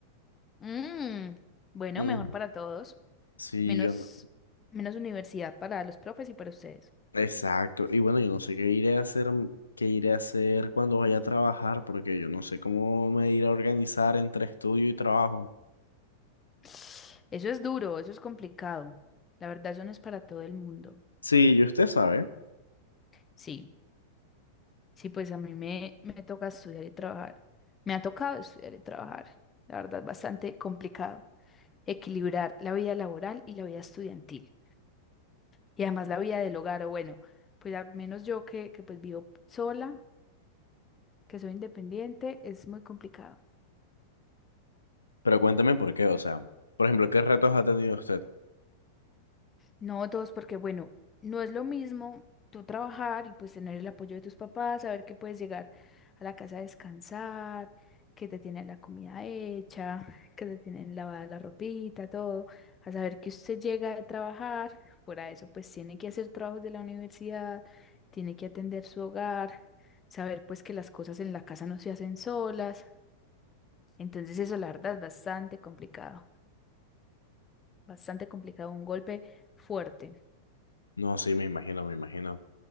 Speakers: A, on the left; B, on the left.
A: Mm, bueno,
B: Mm,
A: mejor para todos.
B: sí,
A: Menos,
B: yo no.
A: menos universidad para los profes y para ustedes.
B: Exacto. Y bueno, yo no sé qué iré a hacer, mm, qué iré a hacer cuando vaya a trabajar, porque yo no sé cómo me iré a organizar entre estudio y trabajo.
A: <sniffs> Eso es duro, eso es complicado. La verdad, eso no es para todo el mundo.
B: Sí, y usted sabe,
A: Sí. Sí, pues a mí me, me toca estudiar y trabajar. Me ha tocado estudiar y trabajar. La verdad, es bastante complicado. Equilibrar la vida laboral y la vida estudiantil. Y además la vida del hogar, o bueno, pues al menos yo que, que pues vivo sola, que soy independiente, es muy complicado.
B: pero cuéntame por qué, o sea, por ejemplo, ¿qué retos ha tenido usted?
A: No dos, porque bueno, no es lo mismo tú trabajar y pues tener el apoyo de tus papás, saber que puedes llegar a la casa a descansar, que te tienen la comida hecha, que te tienen lavada la ropita, todo, a saber que usted llega a trabajar, fuera de eso, pues tiene que hacer trabajos de la universidad, tiene que atender su hogar, saber pues que las cosas en la casa no se hacen solas. Entonces eso la verdad es bastante complicado, bastante complicado, un golpe fuerte.
B: No, sí, me imagino, me imagino,